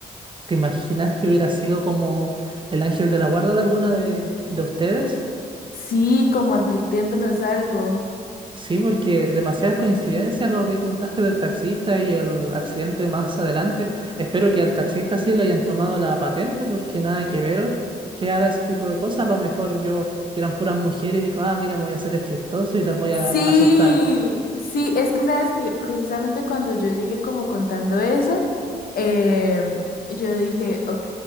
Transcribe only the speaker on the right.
¿te imaginas que hubiera sido como el ángel de la guarda de alguna de, de ustedes?
Sí, porque demasiadas coincidencias lo que contaste del taxista y el accidente más adelante. Espero que al taxista sí le hayan tomado la patente, porque nada que ver que haga ese tipo de cosas. A lo mejor vio que eran puras mujeres y dijo, ah, mira, me voy a hacer el chistoso y las voy
a asustar.